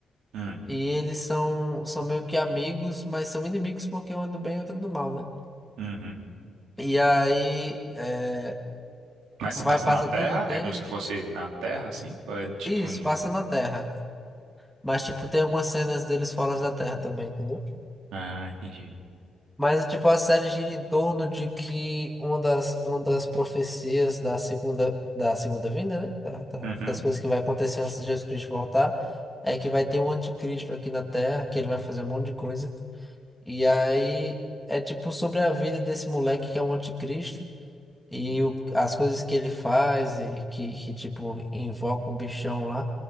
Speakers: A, on the right; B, in the centre.
A: hum,
B: E eles são, são meio que amigos, mas são inimigos porque um é do bem e outro do mal, né?
A: uhum.
B: E aí é,
A: Mas
B: vai,
A: se passa
B: passa
A: na Terra,
B: tudo um tempo.
A: é como se fosse na Terra, assim? Ou é tipo
B: Isso,
A: em...
B: passa na Terra. Mas tipo, tem algumas cenas deles fora da Terra também, entendeu?
A: Ah, entendi.
B: Mas, tipo, a série gira em torno de que uma das, uma das profecias da segunda, da segunda vinda, né? Da- da-
A: Uhum.
B: das coisas que vai acontecer antes de Jesus Cristo voltar, é que vai ter um anticristo aqui na Terra, que ele vai fazer um monte de coisa. E aí é tipo sobre a vida desse moleque que é um anticristo. E o- as coisas que ele faz, e que, que tipo, invoca um bichão lá,